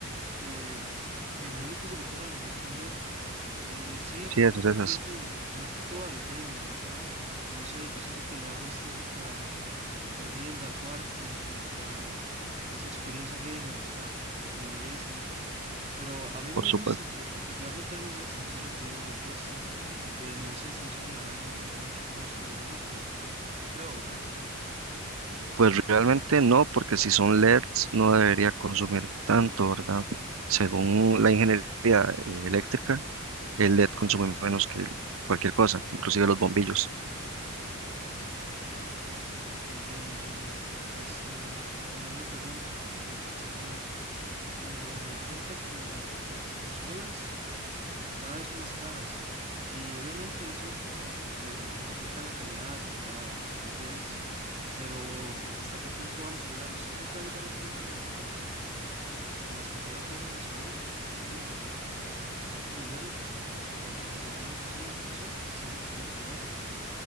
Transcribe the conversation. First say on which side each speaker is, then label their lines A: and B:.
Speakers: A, on the right; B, on the right.
A: Em, me imagino que se refiere a las luces LED. Y sí,
B: Sí, esas,
A: yo
B: esas,
A: siento más que todo a los gamers, ¿verdad? No sé, yo siento que le da una estética más linda al cuarto, como para esa experiencia gamer, ¿verdad? Como le dicen. Pero a mí
B: por
A: me
B: supuesto.
A: gustan, par- particularmente a mí me gustan, solo que no, no he puesto. Eh, no sé si eso llevará algún mucho costo del uso, no creo, ¿verdad?
B: Pues realmente no, porque si son LEDs no debería consumir tanto, ¿verdad? Según la ingeniería eh, eléctrica, el LED consume menos que cualquier cosa, inclusive los bombillos.
A: Entiendo, entiendo. Este, y una pregunta, a ver si usted sabe. Eh, me di cuenta que las consolas cada vez son más caras y obviamente eso me afectan la calidad, ¿verdad? La fluidez, pero ¿hasta qué punto vamos a llegar? ¿Usted cree que va a llegar un punto en el que las consolas dejen de subir, que se queden a cierto nivel? Porque si seguimos así, no sé, ¿hasta dónde podríamos llegar?